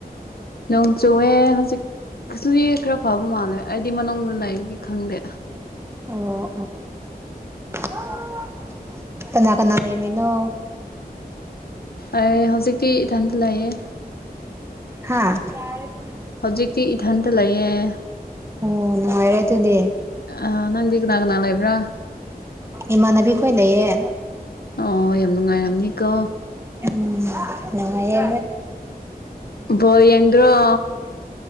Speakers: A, on the left; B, on the right.
A: ꯅꯣꯡ ꯆꯨꯑꯦ ꯍꯧꯖꯤꯛ ꯀꯩꯁꯨ ꯈꯔ ꯐꯥꯕ ꯃꯥꯜꯂꯦ ꯑꯩꯗꯤ ꯃꯅꯨꯡꯗ ꯂꯩꯕꯒꯤ ꯈꯪꯗꯦ
B: ꯑꯣ ꯑꯣ ꯀꯅꯥ ꯀꯅꯥ ꯂꯩꯔꯨꯅꯣ
A: ꯑꯦ ꯍꯧꯖꯤꯛꯇꯤ ꯏꯊꯟꯇ ꯂꯥꯛꯑꯌꯦꯦ
B: ꯍꯥꯥ ꯌꯥꯔꯦ ꯐ
A: ꯍꯧꯖꯤꯛꯇꯤ ꯏꯊꯟꯇ ꯂꯩꯌꯦꯦ
B: ꯑꯣ ꯅꯨꯡꯉꯥꯏꯔꯦ ꯑꯗꯨꯗꯤ
A: ꯑ ꯅꯪꯗꯤ ꯀꯅꯥ ꯀꯅꯥ ꯂꯩꯕ꯭ꯔꯥ
B: ꯏꯃꯥꯟꯅꯥꯕꯤ ꯈꯣꯏ ꯂꯩꯌꯦ
A: ꯑꯣ ꯌꯥꯝ ꯅꯨꯡꯉꯥꯏꯔꯝꯅꯤꯀꯣ
B: ꯎꯝ ꯅꯨꯡꯉꯥꯏ ꯌꯦ
A: ꯕꯥꯜꯂ ꯌꯦꯡꯗꯔꯣ